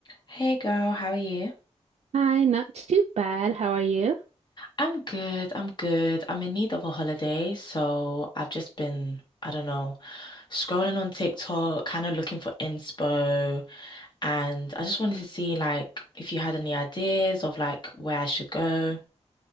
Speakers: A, on the left; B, on the right.
A: Hey girl, how are you?
B: Hi, not too bad. How are you?
A: I'm good. I'm good. I'm in need of a holiday, so I've just been, I don't know, scrolling on TikTok, kind of looking for inspo, and I just wanted to see like if you had any ideas of like where I should go.